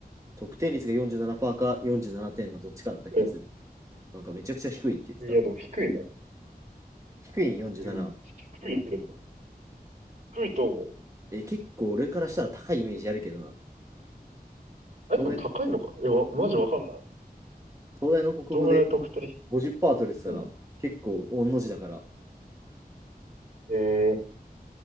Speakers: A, on the right; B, on the right.
A: 得点率が47%か47点のどっちかだった気がする。
B: うん
A: なんか、めちゃくちゃ低いって言ってた。
B: いや、でも低いね。
A: 低いん47は。
B: うん。低いよ。
A: うん
B: 低いと思う。
A: え、結構俺からしたら高いイメージあるけどな。
B: あれでも高いのかなえ、
A: 東大、
B: わ、マジわかんない。
A: 東大の国語で
B: どんぐらい得点
A: 50%取れてたら結構御の字だから、
B: うん。えー、ち